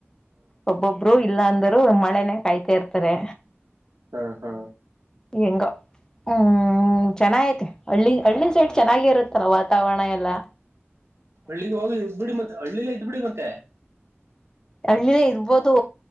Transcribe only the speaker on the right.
ಹಾ ಹಾ
ಹಳ್ಳಿಗೆ ಹೋಗಿ ಇದ್ ಬಿಡಿ ಮತ್ತೆ ಹಳ್ಳಿಲ್ಲೇ ಇದ್ ಬಿಡಿ ಮತ್ತೆ.